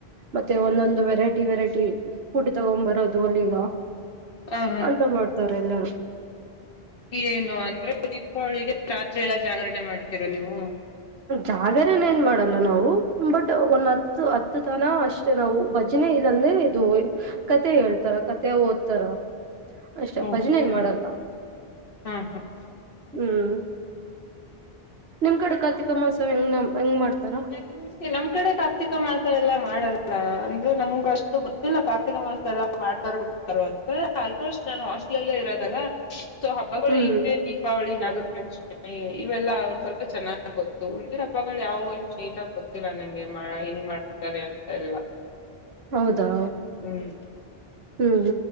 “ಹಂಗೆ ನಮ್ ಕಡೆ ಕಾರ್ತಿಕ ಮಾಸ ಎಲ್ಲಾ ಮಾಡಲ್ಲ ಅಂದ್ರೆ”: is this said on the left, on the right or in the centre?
Left